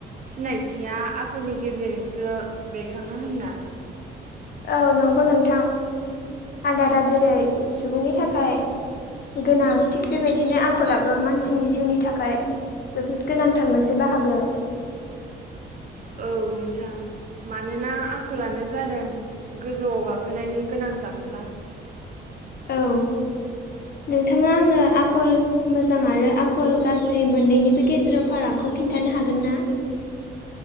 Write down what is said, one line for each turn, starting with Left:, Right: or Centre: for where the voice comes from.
Right: सिनायथिया आखलनि गेजेरजोंसो बेरखाङो होनना
Left: औ नंगौ नोंथां आदारा जेरै सुबुंनि थाखाय गोनां थिग बेबायदिनो आखलाबो मानसिनि जिउनि थाखाय जोबोद गोनांथार मोनसे बाहागो
Right: औ नोंथां मानोना आखलानो जादों गोजौआव गाखोनायनि गोनां जांख्ला
Left: औ नोंथाङा आंनो आखल मोजां आरो आखल गाज्रि मोननैनिबो गेजेराव फाराग खौ खिन्थानो हागोन ना?